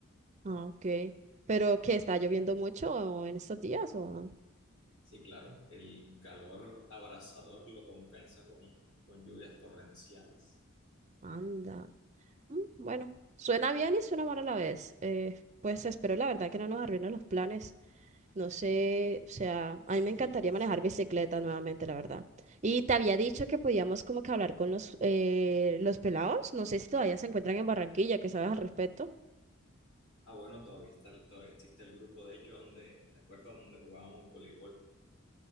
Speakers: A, on the right; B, on the left.
A: Ah, ok. ¿Pero qué? ¿Está lloviendo mucho en estos días o no?
B: Sí, claro, el calor abrasador lo compensa con, con lluvias torrenciales.
A: Anda. Mm, Bueno, suena bien y suena mal a la vez. Eh, pues espero la verdad que no nos arruinen los planes. No sé, o sea,
B: Sí,
A: a mí me encantaría
B: sí.
A: manejar bicicleta nuevamente, la verdad. Y te había dicho que podíamos como que hablar con los, eh, los pelados. No sé si todavía se encuentran en Barranquilla, ¿qué sabes al respecto?
B: Ah, bueno, todavía está, el- todavía existe el grupo, de hecho, donde, ¿te acuerdas? Donde jugábamos voleibol.